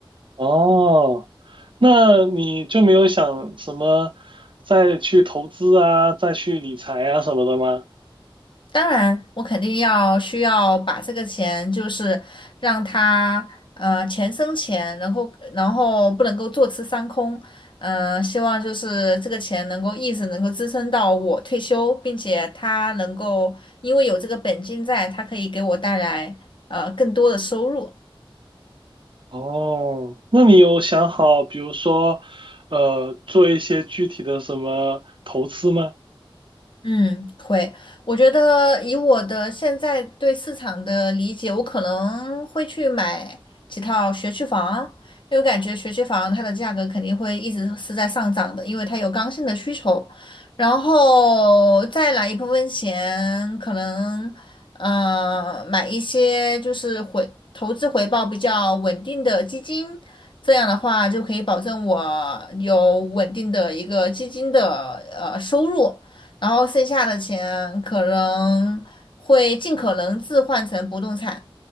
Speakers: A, on the right (about 65°); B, on the left (about 60°).
A: 哦，那你就没有想什么再去投资啊，再去理财啊什么的吗？
B: 当然，我肯定要需要把这个钱，就是让它呃钱生钱，然后然后不能够坐吃山空，嗯、希望就是这个钱能够一直能够支撑到我退休，并且它能够因为有这个本金在，它可以给我带来呃更多的收入。
A: 哦，那你有想好，比如说，呃，做一些具体的什么投资吗？
B: 嗯，会。我觉得以我的现在对市场的理解，我可能会去买几套学区房，因为我感觉学区房它的价格肯定会一直是在上涨的，因为它有刚性的需求。然后再来一部分钱，可能呃买一些就是回投资回报比较稳定的基金，这样的话就可以保证我有稳定的一个基金的呃收入。然后剩下的钱可能会尽可能置换成不动产，